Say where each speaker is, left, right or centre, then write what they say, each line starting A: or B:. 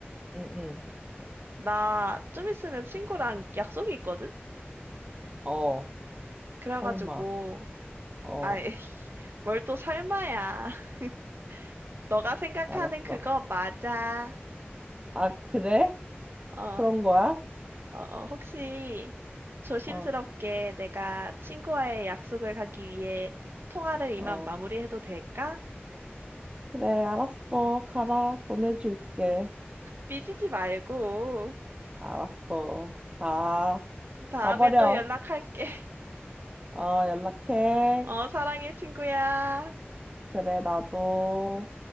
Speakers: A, on the right; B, on the right.
A: 응, 응.
B: 나 좀 있으면 친구랑 약속이 있거든?
A: 어,
B: 그래가지고,
A: 설마. 어,
B: 아이, <laughs> 뭘 또 설마야. <laughs> 너가 생각하는
A: 알았어.
B: 그거 맞아.
A: 아, 그래?
B: 어, 어,
A: 그런 거야?
B: 어, 혹시 조심스럽게
A: 어,
B: 내가 친구와의 약속을 가기 위해 통화를 이만
A: 어.
B: 마무리해도 될까?
A: 그래, 알았어. 가라. 보내줄게.
B: 삐지지 말고.
A: 알았어. 가.
B: 다음에
A: 가버려.
B: 또 연락할게. <laughs>
A: 어, 연락해.
B: 어, 사랑해, 친구야.
A: 그래, 나도.